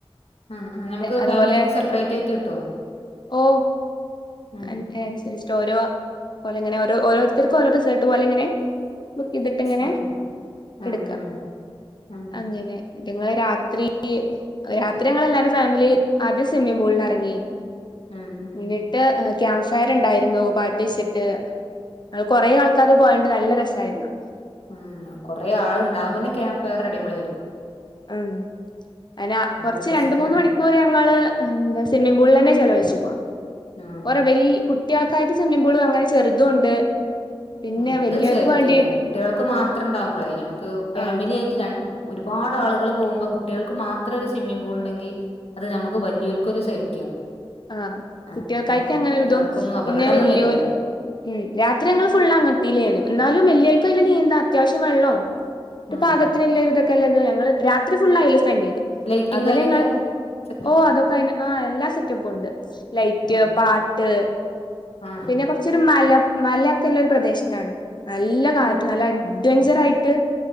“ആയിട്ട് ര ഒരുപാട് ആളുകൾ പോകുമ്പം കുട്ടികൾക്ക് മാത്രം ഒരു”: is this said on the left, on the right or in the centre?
Left